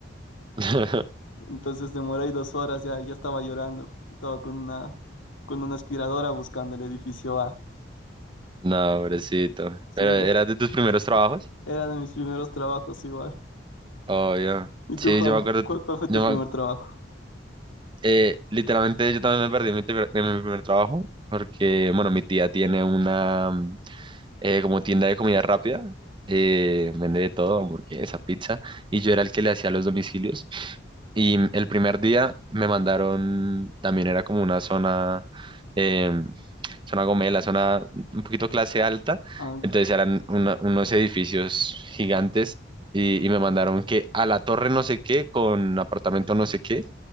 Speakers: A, on the right; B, on the left.
A: <laughs>
B: Entonces demoré ahí dos horas, ya, ya estaba llorando. Estaba con una, con una aspiradora buscando el edificio A.
A: No, pobrecito.
B: Sí,
A: ¿Pero era de tus primeros trabajos?
B: era de mis primeros trabajos igual.
A: Obvio.
B: ¿Y
A: Sí,
B: tú, Juan?
A: yo me acuerdo,
B: ¿Cuál, cuál fue tu
A: yo
B: primer
A: me,
B: trabajo?
A: eh, literalmente yo también me perdí en mi, primer- en mi primer trabajo porque, bueno, mi tía tiene una mm, eh, como tienda de comida rápida, eh, vende de todo, hamburguesa, pizza, y yo era el que le hacía los domicilios. Y mm, el primer día me mandaron, también era como una zona, em, zona gomela, zona un poquito clase alta,
B: Ah,
A: entonces eran una- unos edificios gigantes y, y me mandaron que a la torre no sé qué, con apartamento no sé qué,